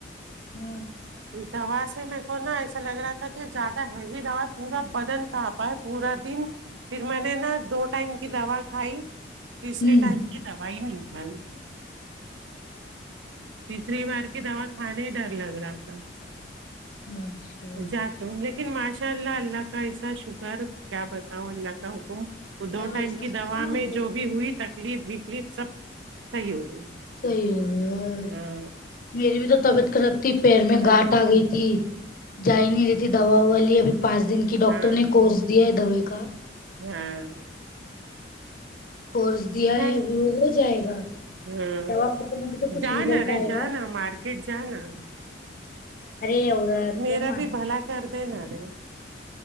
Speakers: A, on the left; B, on the right.
A: ہ
B: دوا سے میریک کو نا ایسا لگ رہا تھا کہ زیادہ ہیوی دوا پورا بدن کانپا ہے پورا دن پھر میں نے نا دو ٹائم کی دوا کھائی تیسری
A: ہوں
B: ٹائم کی دو ہی نہیں کھائی تیسری بار کی دوا کھانے ڈر لگ رہا تھا
A: اچھا
B: جا لیکن ماشاء اللہ اللہ کا ایسا شکر کیا بتاؤں اللہ کا حکم وہ دو
A: ارے ویسا
B: ٹائم کی دوا
A: نا
B: میں
A: وہ
B: جو بھی ہوئی تکلیف وکلیف سب صحیح ہو گئی
A: صحیح ہے
B: ہاں
A: میری بھی تو طبیعت خراب تو پیر میں
B: ہاں
A: گاٹ آ گئی تھی جائی نہیں رہتی دوا وا لیے ابھی پانچ دن کی ڈاکٹر
B: ہاں
A: نے کورس دیا ہے دوا کا
B: ہاں
A: کورس دیا
B: چل
A: ہے اب وہ ہو جائے گا
B: ہاں
A: دوا ختم ہوگی تو کچھ
B: جانا
A: ریزلٹ
B: رے
A: آئے
B: جانا
A: گا
B: مارکیٹ جانا
A: ارے عورت
B: میرا
A: کیا مانتی
B: بھی بھلا کر د نارے